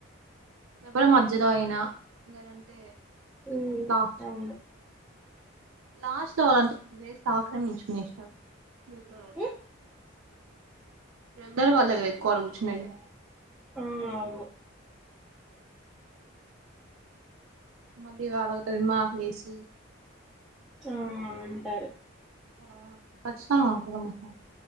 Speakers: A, on the right (about 80°); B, in the centre.
A: లేకపోతే మధ్యలో అయినా లేదంటే
B: ఉమ్
A: లాస్ట్
B: అవును
A: లాస్ట్ లో వాళ్లంతా ప్లేస్ ఆక్రమించేసుకునేసినారు <inaudible>
B: ఉమ్,
A: ప్రెగ్నెంట్ వల్లే కదా ఎక్కువ ఆడ కూర్చునేది
B: ఆ అవును
A: మళ్ళీ అడుగుతాది మా ప్లేస్
B: ఆ అంటారు
A: ఆ కచ్చితంగా అంటదమ్మా